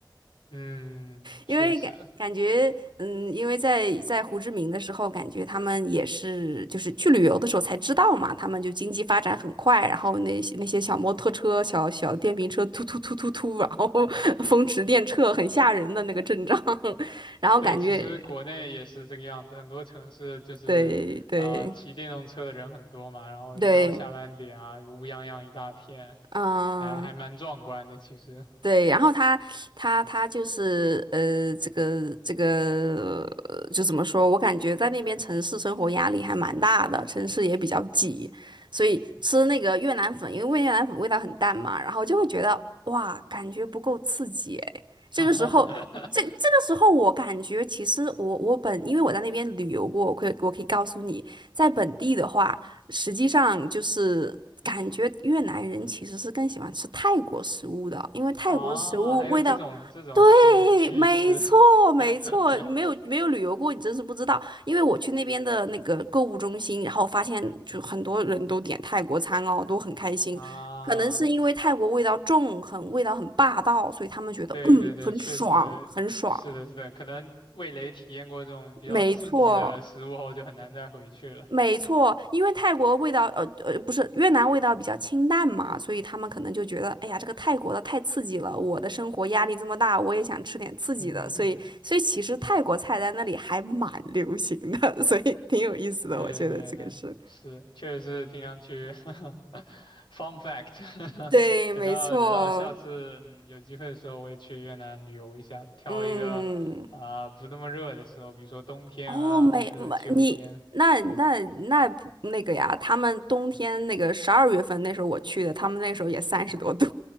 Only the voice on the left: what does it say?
嗯，
确实。
对，其实国内也是这个样子，很多城市就是啊、
呃骑电动车的人很多嘛，然后一到下班点啊，
乌泱泱一大片，
还还蛮壮观的，其实。
<laughs>
啊，还有这种这种趣趣事
<laughs>
啊，
对对对，确实是的，
是的，可能味蕾体验过这种比较刺激的食物后，
就很难再回去了。
<laughs>
嗯哼
对对对，
那是，确实是挺想去 <laughs>，fun fact <laughs>
等到等到下次嗯有机会的时候，
我也去越南旅游一下，挑一个啊、
不那么热的时候，比如说冬天啊，
或者说秋天。